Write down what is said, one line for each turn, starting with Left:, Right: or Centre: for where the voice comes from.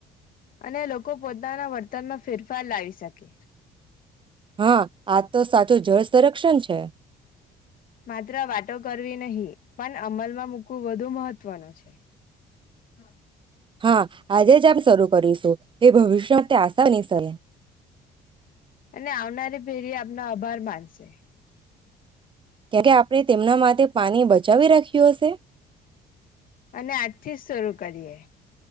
Left: અને લોકો પોતાના વર્તનમાં ફેરફાર લાવી શકે.
Right: હા, આજ તો સાચું જળ સંરક્ષણ છે.
Left: માત્ર વાતો કરવી નહીં પણ અમલમાં મૂકવું વધુ મહત્વનું છે. હા.
Right: હા, આજે જ આપ શરૂ કરીશું. એ ભવિષ્યમાં આસાની સરે.
Left: અને આવનારી પેરી આપનો આભાર માનશે.
Right: કેમ કે આપણે તેમના માટે પાણી બ ચાવી રાખ્યું હશે.
Left: અને આજથી જ શરૂ કરીએ.